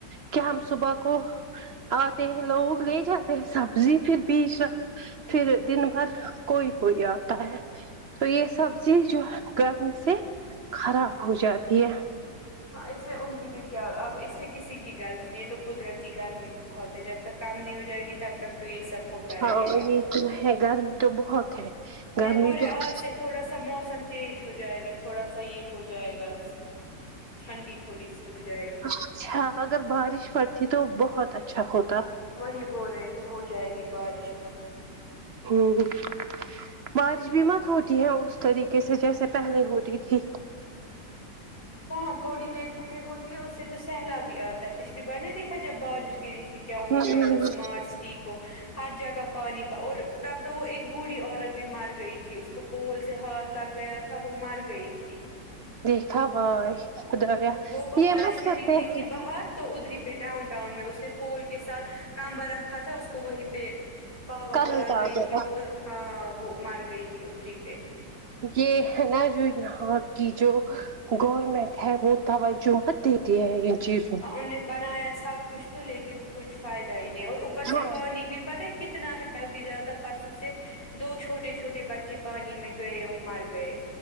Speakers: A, on the right; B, on the left.
A: کیا ہم صبح کو آتے ہیں لوگ لے جاتے ہیں سبزی پھر بھی پھر دن بھر کوئی کوئی آتا ہے تو یہ سبزی جو گرمی سے خراب ہو جاتی ہے
B: ہاں اس میں ان کی بھی کیا اب اس میں کسی کی غلطی نہیں یہ تو قدرتی گرمی بہت ہے جب تک کام نہیں ہو جائے گی تب تک تو یہ سب ہوتا رہے
A: ہاں
B: گا
A: یہ تو ہے گرمی تو بہت ہے
B: نہیں
A: گرمی
B: بورے
A: بہت
B: آج سے تھوڑا سا موسم چینج ہو جائے گا تھوڑا سا یہ ہو جائے گا ٹھنڈی تھوڑی سی ہو جائے گی
A: اچھا اگر بارش پڑتی تو بہت اچھا ہوتا
B: وہی بول رہے تھے ہو جائے گی بارش مت
A: ٹھیک بارش بھی مت ہوتی ہے اس طریقے سے جیسے پہلے ہوتی تھی
B: کہاں تھوڑی دیر کے لیے ہوتی ہے اس سے تو سہلاب بھی آتا ہے پچھلی بار نہیں دیکھا جب بارش گری تھی کیا ہو
A: ہوں
B: گیا تھاسمارچ کو ہر جگہ پانی ب اور تب تو وہ ایک بوڑھی عورت بھی مر گئی تھی اس کو پول سے ہاتھ لگ گیا تھا وہ مر گئی تھی
A: دیکھا بھائی خدایا
B: وہ بارش
A: یہ مت
B: میں
A: سکتے
B: نکلی تھی
A: ہیں
B: باہر تو ادری پہ ڈاؤن ٹاؤن میں اس نے پول کے ساتھ کمبا رکھا تھا اس کو وہی پہ پاور
A: کرنٹ
B: کو لگ
A: آ
B: گئی
A: گیا
B: تھی وہ ہاں وہ مر گئی تھی ادھری پہ
A: یہ ہے نا جو یہاں کی جو گورنمنٹ ہے وہ توجہ مت دیتی ہے ان چیز
B: ان نے بنایا سب کچھ تو لیکن کچھ فائدہ ہی نہیں اور پس
A: ہاں
B: پانی بھی پتا ہے کتنا ہے ا بھی زیادہ پرسوں سے دو چھوٹے چھوٹے بچے پانی میں گئے اور مر گئے